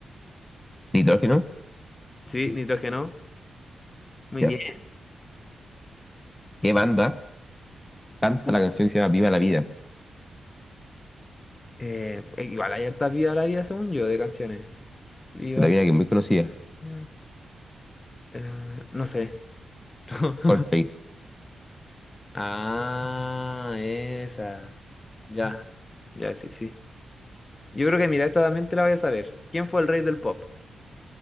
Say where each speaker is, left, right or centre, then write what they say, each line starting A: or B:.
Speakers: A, on the left; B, on the left.
A: ¿Nitrógeno?
B: Sí, nitrógeno. Muy
A: Ya.
B: bien.
A: ¿Qué banda canta la canción que se llama Viva la Vida?
B: Eh, igual hay hartas Viva la Vida, según yo, de canciones. Viva
A: De la
B: la
A: vida que es muy conocida.
B: Vida. eh, no sé. <laughs>
A: Coldplay.
B: Ah, esa. Ya, ya, sí, sí. Yo creo que, mira, esta también te la voy a saber. ¿Quién fue el rey del pop?